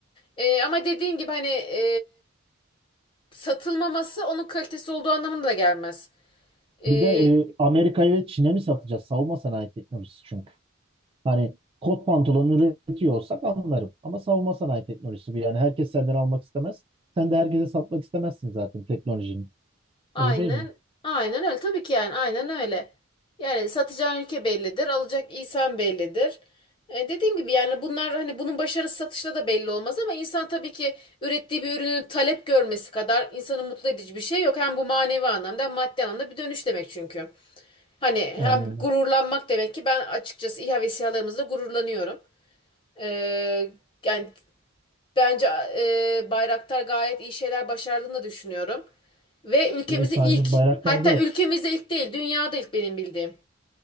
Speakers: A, on the left (about 25°); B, on the right (about 25°).
A: Ee, ama dediğin gibi hani e, satılmaması onun kalitesi olduğu anlamına da gelmez. Ee,
B: Bir de e, Amerika'ya ve Çin'e mi satacağız? Savunma sanayi teknolojisi çünkü. Hani kot pantolon üretiyor olsak anlarım. Ama savunma sanayi teknolojisi bu. Yani herkes senden almak istemez. Sen de herkese satmak istemezsin zaten teknolojinin.
A: Aynen,
B: Öyle değil mi?
A: aynen öyle. Tabii ki yani aynen öyle. Yani satacağın ülke bellidir, alacak insan bellidir. E, dediğim gibi yani bunlar hani bunun başarısı satışla da belli olmaz ama insan tabii ki ürettiği bir ürünün talep görmesi kadar insanı mutlu edici bir şey yok. Hem bu manevi anlamda hem maddi anlamda bir dönüş demek çünkü. Hani hem
B: Aynen öyle.
A: gururlanmak demek ki ben açıkçası İHA ve SİHA'larımızla gururlanıyorum. Ee, yani Bence e, Bayraktar gayet iyi şeyler başardığını da düşünüyorum. Ve ülkemizi
B: E, Sadece
A: ilk,
B: bayraklar
A: hatta
B: değil.
A: ülkemizde ilk değil, dünyada ilk benim bildiğim.